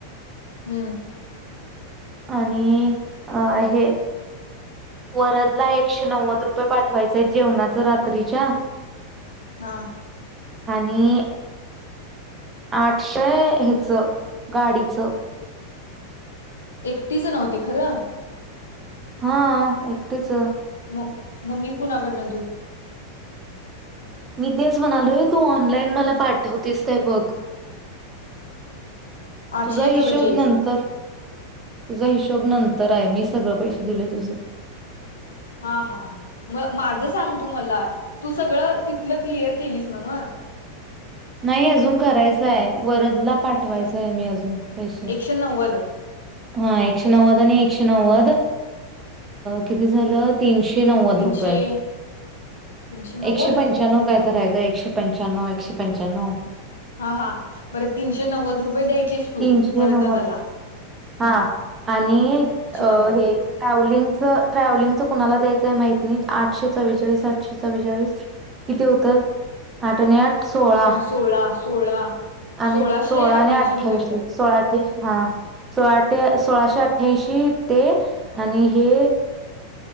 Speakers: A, on the left; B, on the right.
A: हम्म
B: आणि अ हे वरद ला एकशे नव्वद रुपये पाठवायचे आहेत जेवणाचं रात्रीच्या
A: हा,
B: आणि आठशे ह्याचं गाडीचं
A: एकटीचं नव्हते खरं
B: हा एकटीच,
A: म मग मी कणाकडनं देऊ.
B: मी तेच म्हणालोय तू ऑनलाईन मला पाठवतेस काय बघ
A: आठशे
B: तुझा हिशोब
A: चव्वेचाळीस
B: नंतर तुझा हिशोब नंतर आहे, मी सगळं पैसे दिले तुझं
A: हा-हा हां! म माझं सांग तू मला तू सगळं तिथलं क्लिअर केलीस ना व
B: नाही अजून करायचय वरदला पाठवायचंय
A: किती
B: मी अजून पैसे
A: एकशे नव्वद
B: हा एकशे नव्वद आणि एकशे नव्वद. किती झालं तीनशे नव्वद
A: तीनशे
B: रुपये,
A: तीनशे नव्वद
B: एकशे पंच्याण्व काय तरय का एकशे पंच्याण्णव एकशे पंच्याण्णव.
A: हा-हा बर तीनशे नव्वद रुपये द्यायचीस तू
B: तीनशे
A: वर
B: नव्वद
A: दादाला.
B: हा आणि
A: नव्वद
B: हे टॅव्हलिंग-ट्रॅव्हलिंग कणाला द्यायचं. मा आठशे चववेचाळीस आठशे चव्वेचाळी किती होत आठ आणि आठ सोळा
A: अठ्ठ्याण्णव सोळा सोळा
B: आणि
A: सोळाशे
B: सोळा
A: अठ्ठ्याऐंशी
B: आणि आठ,
A: रुपये होतात
B: सोळाे हा सोळा सोळाशे अठ्ठ्यांशी ते आणि हे